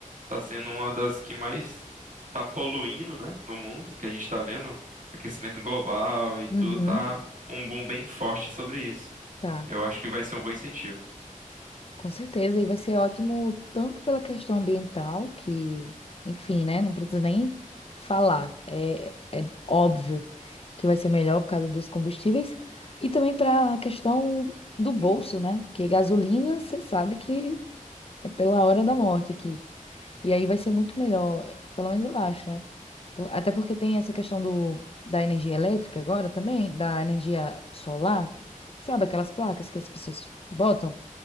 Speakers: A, on the right; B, on the left.
A: tá sendo uma das que mais tá poluindo, né, no mundo, que a gente tá vendo, aquecimento global e tudo
B: uhum.
A: tá um boom bem forte sobre isso.
B: Tá,
A: Eu acho que vai ser um bom incentivo.
B: com certeza. E vai ser ótimo tanto pela questão ambiental, que, enfim, né? Não precisa nem falar. É, é óbvio que vai ser melhor por causa dos combustíveis. E também para a questão do bolso, né? Porque gasolina, você sabe que é pela hora da morte aqui. E aí vai ser muito melhor, pelo menos eu acho, né? Por- Até porque tem essa questão do, da energia elétrica agora também, da energia solar. Sabe aquelas placas que as pessoas botam?